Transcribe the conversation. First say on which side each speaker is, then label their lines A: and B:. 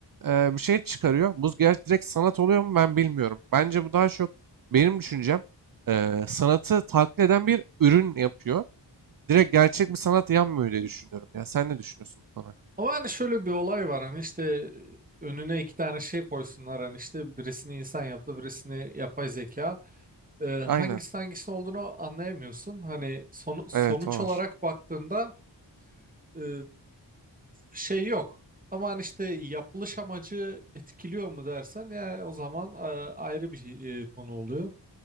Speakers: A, on the right; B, on the right.
A: e, bir şey çıkarıyor. Bu gerçi direkt sanat oluyor mu ben bilmiyorum. Bence bu daha çok benim düşüncem e, sanatı taklit eden bir ürün yapıyor. Direkt gerçek bir sanat yanmıyor diye düşünüyorum. Ya sen ne düşünüyorsun bu konu hakkında?
B: Ama yani şöyle bir olay var hani işte önüne iki tane şey koysunlar hani işte birisini insan yaptı, birisini yapay zeka. e, hangisi
A: Aynen.
B: hangisinin olduğunu anlayamıyorsun. Hani son- sonuç
A: Evet o var.
B: olarak baktığında e, şey yok. Ama hani işte yapılış amacı etkiliyor mu dersen ya o zaman e, ayrı bir şey, e, konu oluyor.